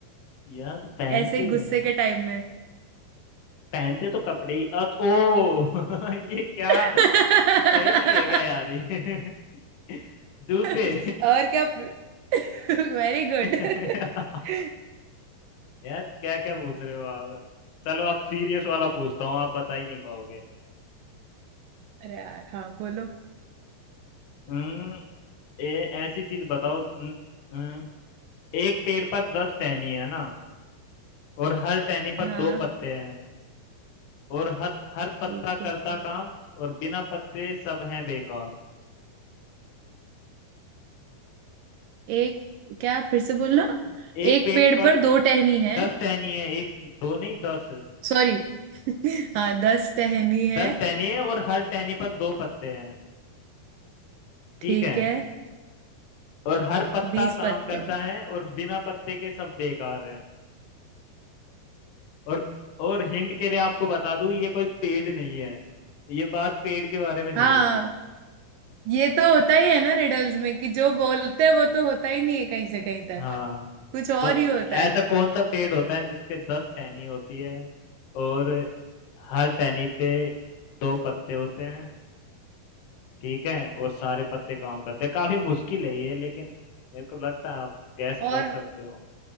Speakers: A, on the left (about 90°); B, on the right (about 75°).
A: यार पहनते
B: ऐसे ही गुस्से
A: क्या
B: के
A: है
B: टाइम में
A: पहनते तो कपड़े ही अच ओ <laughs> ये क्या
B: <laughs> और
A: पहेली है क्या यार ये <laughs> जूते
B: क्या Very good
A: <laughs>
B: <laughs>
A: यार क्या क्या पूछ रहे हो आप चलो आप सीरियस वाला पूछता हूँ आप बता ही नहीं पाओगे
B: अरे यार हाँ बोलो
A: हम्म ए, ऐसी चीज बताओ न- न- एक पेड़ पर दस टहनी है ना और हर टहनी पर
B: हाँ
A: दो पत्ते हैं और हर हर पत्ता
B: एक मिनट
A: करता काम और बिना पत्ते सब हैं बेकार
B: एक क्या फिर से बोलना
A: एक
B: एक
A: पेड़
B: पेड़
A: पर
B: पर दो टहनी है
A: दस टहनी है एक दो नहीं दस
B: सॉरी <laughs> हाँ दस टहनी है
A: दस टहनी है और हर टहनी पर दो पत्ते हैं ठीक
B: ठीक
A: है
B: है
A: और हर पत्ता
B: बीस
A: काम
B: पत्ते
A: करता
B: हैं।
A: है और बिना पत्ते के सब बेकार और और हिंट के लिए आपको बता दूं ये कोई पेड़ नहीं है ये बात पेड़ के बारे में नहीं
B: हाँ
A: हो रही
B: ये तो होता ही है ना रिडल्स में कि जो बोलते हैं वो तो होता ही नहीं है कहीं से कहीं तक
A: हाँ
B: कुछ और
A: तो
B: ही होता
A: ऐसा
B: है
A: कौन सा पेड़ होता है जिसपे दस टहनी होती है और हर टहनी पे दो पत्ते होते हैं ठीक है और सारे पत्ते काम करते हैं काफी मुश्किल है ये लेकिन मेरे को लगता है आप गैस
B: और
A: कर सकते हो